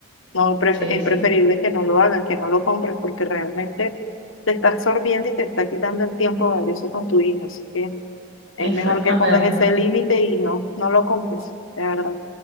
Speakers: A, on the left; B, on the right.
A: No, pref-
B: sí,
A: es
B: sí,
A: preferible que no lo hagan, que no lo compren, porque realmente te está absorbiendo y te está quitando el tiempo valioso con tu hijo. Así que
B: exactamente.
A: es mejor que pongas ese límite y no, no lo compres, de verdad,